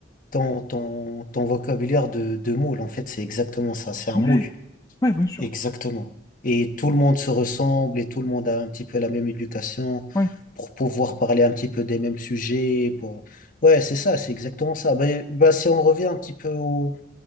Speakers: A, on the left; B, on the left.
A: ton, ton, ton vocabulaire de, de moule. En fait, c'est exactement ça. C'est un
B: Ouais,
A: moule.
B: ouais, bien sûr.
A: Exactement. Et tout le monde se ressemble et tout le monde a un petit peu la même éducation
B: Ouais.
A: pour pouvoir parler un petit peu des mêmes sujets. Pour... Ouais, c'est ça, c'est exactement ça. Ben, ben, si on revient un petit peu au,